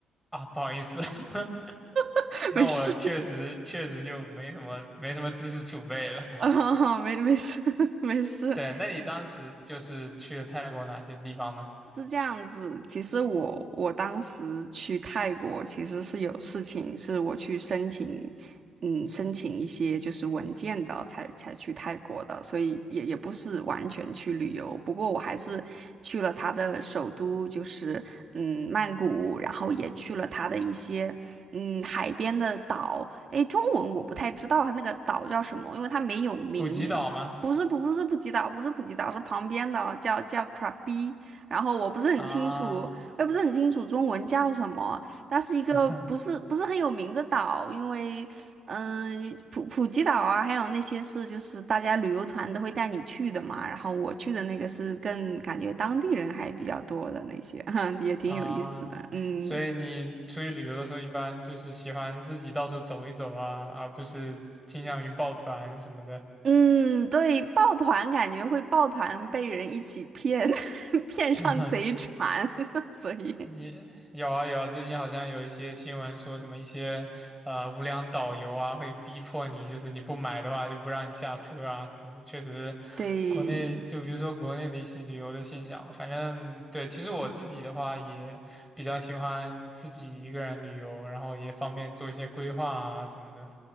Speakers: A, in the centre; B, on the right (about 50°).
A: 啊不好意思，<laughs>
B: <laughs>
A: 那我确实确实就没什么没什么知识储备了。
B: 没事，<laughs>
A: <laughs>
B: 哦，没没事 <laughs> 没事。
A: 对，那你当时就是去了泰国哪些地方呢？
B: 是这样子，其实我我当时去泰国其实是有事情，是我去申请，嗯，申请一些就是文件的，才才去泰国的，所以也也不是完全去旅游。不过我还是去了它的首都，就是嗯曼谷，然后也去了它的一些嗯海边的岛。诶，中文我不太知道它那个岛叫什么，因为它没有名。
A: 普吉岛吗？
B: 不是不不是普吉岛，不是普吉岛，是旁边的叫叫 Krabi。然后我不是很清楚，
A: 啊，
B: 我也不是很清楚中文叫什么。它是一个不是不是很有名的岛，
A: <laughs>
B: 因为嗯、普普吉岛啊，还有那些是就是大家旅游团都会带你去的嘛。然后我去的那个是更感觉当地人还比较多的那些，<laughs> 也挺有意思的。
A: 啊，
B: 嗯
A: 所以你出去旅游的时候，一般就是喜欢自己到处走一走啊，而不是倾向于抱团什么的。
B: 嗯，对，抱团感觉会抱团被人一起骗，<laughs> 骗上贼船，
A: <laughs>
B: <laughs> 所以
A: 也有啊有啊，最近好像有一些新闻说什么一些呃无良导游啊，会逼迫你，就是你不买的话就不让你下车啊什么的。确实，
B: 对。
A: 国内就比如说国内的一些旅游的现象吧，反正对，其实我自己的话也比较喜欢自己一个人旅游，然后也方便做一些规划啊什么的